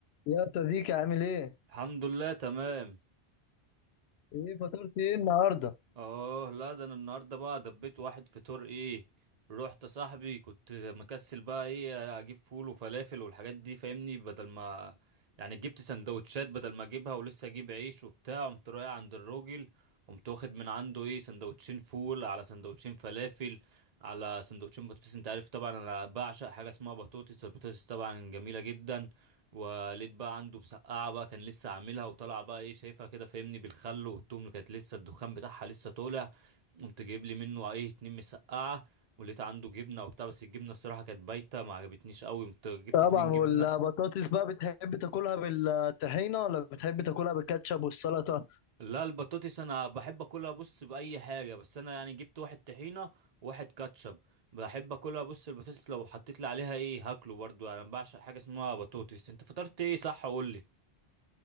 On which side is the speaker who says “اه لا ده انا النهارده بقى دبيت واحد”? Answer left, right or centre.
Right